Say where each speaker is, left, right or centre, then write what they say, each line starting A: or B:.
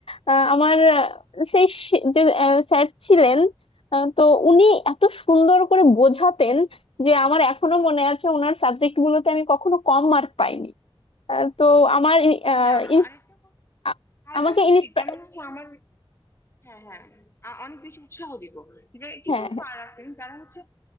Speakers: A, on the left; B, on the left.
A: আহ, আমার আহ, সেই শি- যে স্যার ছিলেন আহ, তো উনি এত সুন্দর করে বোঝাতেন যে আমার এখনো মনে আছে ওনার সাবজেক্ট গুলোতে আমি কখনো কম মার্ক পাইনি আহ, তো আমার ইন- আহ,
B: হ্যাঁ আপু
A: ইন্স-
B: আরেকটা কথা
A: আ-
B: আরেকটা
A: আমাকে
B: কথা
A: ইন্সপায়ার
B: কি যেমন হচ্ছে আমার হ্যাঁ হ্যাঁ আ- অনেক বেশি উৎসাহ দিত যে কিছু
A: হ্যাঁ হ্যাঁ
B: স্যার আছেন যারা হচ্ছে